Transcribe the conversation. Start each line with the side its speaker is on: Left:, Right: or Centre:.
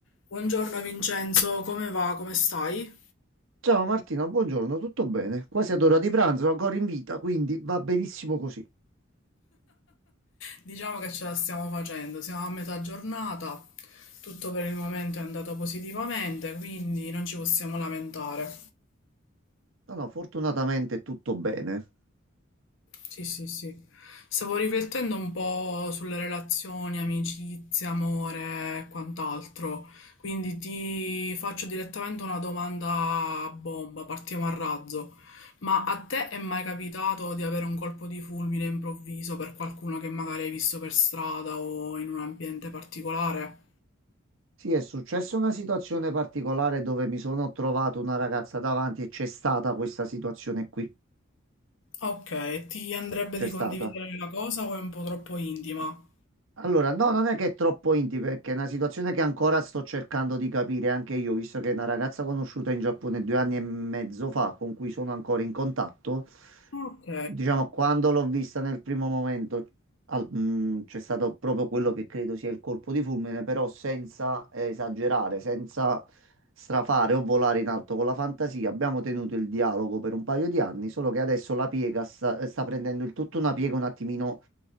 Left: Buongiorno Vincenzo, come va? Come stai?
Right: Ciao Martina, buongiorno, tutto bene? Quasi ad ora di pranzo, ancora in vita, quindi va benissimo così.
Left: Diciamo che ce la stiamo facendo, siamo a metà giornata, tutto per il momento è andato positivamente, quindi non ci possiamo lamentare.
Right: No, no, fortunatamente tutto bene.
Left: Sì, sì, sì. Stavo riflettendo un po' sulle relazioni, amicizia, amore e quant'altro. Quindi ti faccio direttamente una domanda a bomba, partiamo a razzo. Ma a te è mai capitato di avere un colpo di fulmine improvviso per qualcuno che magari hai visto per strada o in un ambiente particolare?
Right: Sì, è successa una situazione particolare dove mi sono trovato una ragazza davanti e c'è stata questa situazione qui.
Left: Ok, ti andrebbe
Right: C'è
Left: di
Right: stata.
Left: condividere la cosa o è un po' troppo intima?
Right: Allora, no, non è che è troppo intimo, perché è una situazione che ancora sto cercando di capire anche io, visto che è una ragazza conosciuta in Giappone due anni e mezzo fa, con cui sono ancora in contatto.
Left: Ok.
Right: Diciamo, quando l'ho vista nel primo momento, al- mh, c'è stato proprio quello che credo sia il colpo di fulmine, però senza eh, esagerare, senza strafare o volare in alto con la fantasia. Abbiamo tenuto il dialogo per un paio di anni, solo che adesso la piega sta, sta prendendo il tutto una piega un attimino